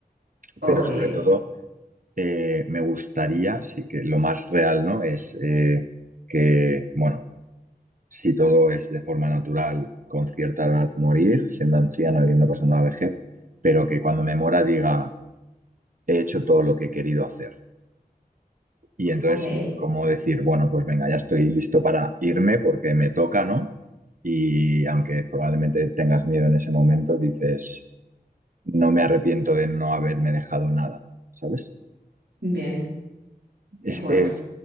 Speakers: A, on the right; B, on the right.
A: Ok,
B: Pero sobre
A: ok,
B: todo, eh, me gustaría, sí que lo más real, ¿no? Es eh, que, bueno Si todo es de forma natural, con cierta edad morir, siendo anciano, habiendo pasando la vejez, pero que cuando me muera diga, he hecho todo lo que he querido hacer. Y entonces,
A: ok,
B: como decir, bueno, pues venga, ya estoy listo para irme porque me toca, ¿no? Y aunque probablemente tengas miedo en ese momento, dices, no me arrepiento de no haberme dejado nada, ¿sabes?
A: bien, es
B: Es-
A: buena.
B: eh,